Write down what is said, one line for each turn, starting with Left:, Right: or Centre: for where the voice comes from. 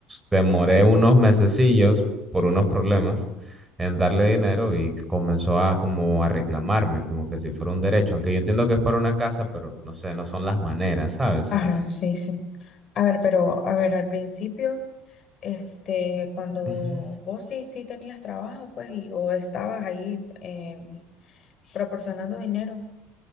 Right: demoré unos mesecillos
Left: ujú.
Right: por unos problemas en darle dinero y comenzó a como a reclamarme, como que si fuera un derecho, aunque yo entiendo que es para una casa, pero no sé, no son las maneras, ¿sabes?
Left: Ajá, sí, sí. A ver, pero a ver, al principio, este, cuando
Right: Ujú.
Left: vos sí, sí tenías trabajo, pues, y o estabas ahí em, proporcionando dinero,